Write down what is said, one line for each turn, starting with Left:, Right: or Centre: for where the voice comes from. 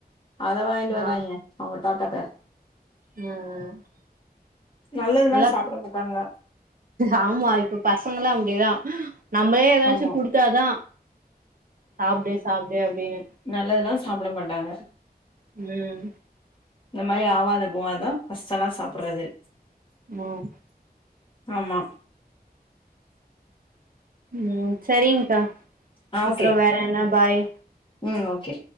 Left: அத வாங்கிட்டு
Right: ஆ
Left: வராங்க அவங்க தாத்தாட்ட
Right: ம், ம்
Left: நல்லதுல்லா
Right: நல்லா
Left: சாப்ட மாட்டாங்க
Right: ஆமா இப்ப பசங்கல்லா அப்டிதா நம்மளே ஏதாச்சு
Left: ஆமா
Right: குடு த்தாதா சாப்டு சாப்டு அப்டின்னு
Left: நல்லதுல்லா சாப்ட மாட்டாங்க
Right: ம்
Left: இந்த மாரி ஆவாத போவாதுதா ஃபர்ஸ்ட் ஆளா சாப்புட்றது
Right: ம்
Left: ஆமா
Right: ம் சரிங்க்கா
Left: ஆ
Right: அப்பறோ
Left: ஓகே
Right: வேற என்ன, பாய்
Left: ம், ஓகே